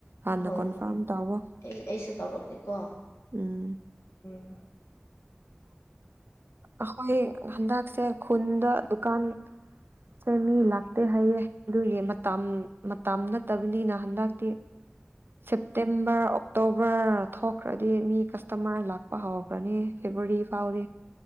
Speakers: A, on the right (about 50°); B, on the left (about 75°).
A: ꯍꯥꯟꯅ
B: ꯍꯣꯏ
A: ꯀꯣꯟꯐꯥꯔꯝ
B: ꯍꯣꯏ
A: ꯇꯥꯎꯋꯣ
B: ꯑꯩ ꯑꯩꯁꯨ ꯇꯧꯔꯛꯀꯦꯀꯣ
A: ꯎꯝ
B: ꯎꯝ
A: ꯑꯩꯈꯣꯏ ꯍꯟꯗꯛꯁꯦ ꯈꯨꯟꯗ ꯗꯨꯀꯥꯟ ꯁꯦ ꯃꯤ ꯂꯥꯛꯇꯦ ꯍꯥꯏꯌꯦ ꯑꯗꯨꯒꯤ ꯃꯇꯝ ꯃꯇꯝ ꯅꯠꯇꯕꯅꯤꯅ ꯍꯟꯗꯛꯇꯤ
B: <inaudible>
A: ꯁꯦꯞꯇꯦꯝꯕꯔ ꯑꯣꯛꯇꯣꯕꯔ ꯊꯣꯛꯈ꯭ꯔꯗꯤ ꯃꯤ ꯀꯁꯇꯃꯔ ꯂꯥꯛꯄ ꯍꯧꯈ꯭ꯔꯅꯤ ꯐꯦꯕꯋꯥꯔꯤ ꯐꯥꯎꯗꯤ